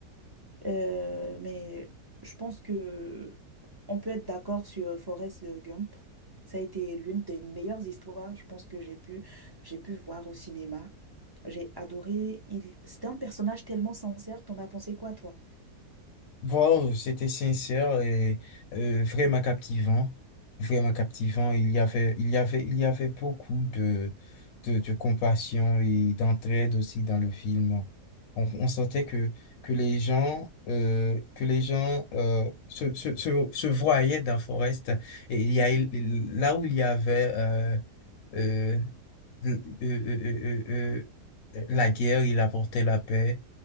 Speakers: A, on the right; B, on the left.
A: Euh, mais je pense que on peut être d'accord sur euh, Forrest Gump. Ça a été l'une des meilleures histoires, je pense que j'ai pu, j'ai pu voir au cinéma. J'ai adoré. Il... C'était un personnage tellement sincère. T'en as pensé quoi, toi?
B: Wow, c'était sincère et euh, vraiment captivant, vraiment captivant. Il y avait, il y avait, il y avait beaucoup de, de, de compassion et d'entraide aussi dans le film. On, on sentait que, que les gens, euh, que les gens euh, se, se, se, se voyaient dans Forest. Et il y a, là où il y avait euh, euh, le- euh, euh, euh, euh, euh, la guerre, il apportait la paix.